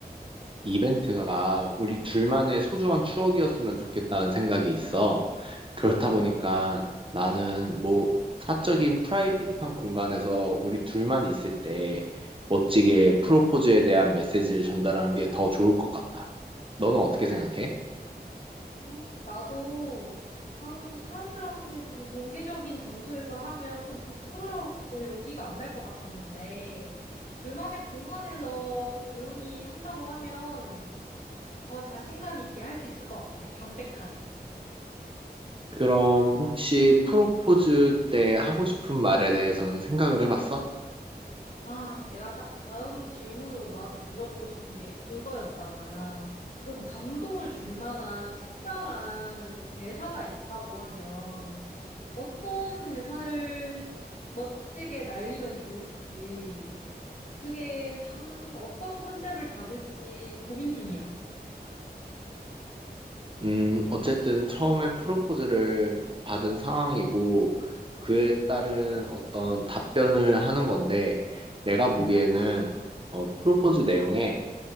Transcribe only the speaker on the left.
음, 나도 아, 사람들한테 좀 공개적인 장소에서 하면 좀 부끄럽고 용기가 안 날 것 같았는데 둘만의 공간에서 조용히 한다고 하면 더 자신감 있게 할 수 있을 것 같아. 담백하게.
아, 내가 딱 다음 질문으로 너한테 물어보고 싶은 게 그거였잖아. 좀 감동을 줄 만한 특별한 대사가 있다고 하면 어떤 대사를 멋지게 날리면 좋을지, 그게 하, 어떤 컨셉을 잡을지 고민 중이야.